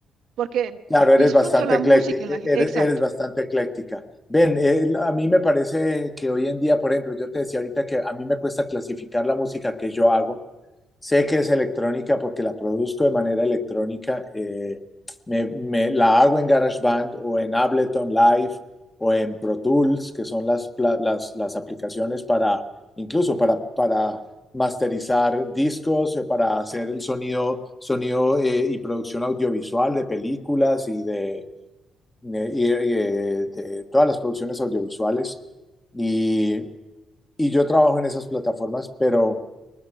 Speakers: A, on the right; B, on the left.
A: porque
B: Claro, eres
A: disfruto
B: bastante
A: la
B: ecléctica,
A: música en la...
B: eres,
A: Exacto,
B: eres bastante ecléctica. Ven, eh, a mí me parece que hoy en día, por ejemplo, yo te decía ahorita que a mí me cuesta clasificar la música que yo hago. Sé que es electrónica porque la produzco de manera electrónica. eh, me, me- la hago en GarageBand o en Ableton Live o en Pro Tools, que son las, pla- las, las aplicaciones para, incluso para, para masterizar discos eh, para hacer el sonido, sonido eh, y producción audiovisual de películas y de, eh, y, eh, de todas las producciones audiovisuales. Y, y yo trabajo en esas plataformas, pero